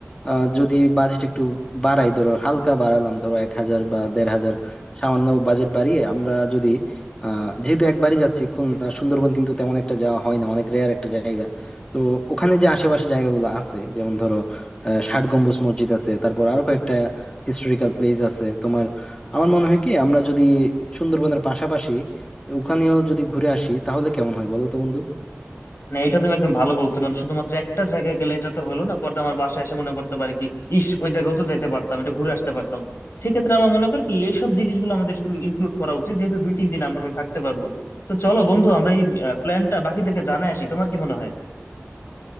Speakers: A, on the left; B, on the left.
A: আহ, যদি বাজেট একটু বাড়াই ধরো হালকা বাড়ালাম ধরো এক হাজার বা দেড় হাজার সামান্য বাজেট বাড়িয়ে আমরা যদি আহ যেহেতু একবারই যাচ্ছি খুলনা সুন্দরবন কিন্তু তেমন একটা যাওয়া হয় না অনেক রেয়ার একটা জায়গা তো ওখানে যে আশেপাশে জায়গাগুলো আছে যেমন ধরো আহ, ষাট গম্বুজ মসজিদ আছে তারপর আরো কয়েকটা হিস্টোরিক্যাল প্লেস আছে তোমার আমার মনে হয় কি আমরা যদি সুন্দরবনের পাশাপাশি ওখানেও যদি ঘুরে আসি তাহলে কেমন হয় বলো তো বন্ধু
B: মানে এটা তুমি একদম ভালো বলছো কারণ শুধুমাত্র একটা জায়গায় গেলে এটা তো হলো না পরে আমার বাসায় এসে মনে করতে পারে কি ইস ওই জায়গাও তো যেতে পারতাম একটু ঘুরে আসতে পারতাম সেক্ষেত্রে আমার মনে করি কি এইসব জিনিসগুলো আমাদের ইনক্লুড করা উচিত যেহেতু দুই তিন দিন আমরা ওখানে থাকতে পারবো তো চলো বন্ধু আমরা এই প্ল্যানটা বাকিদেরকে জানাই আসি তোমার কি মনে হয়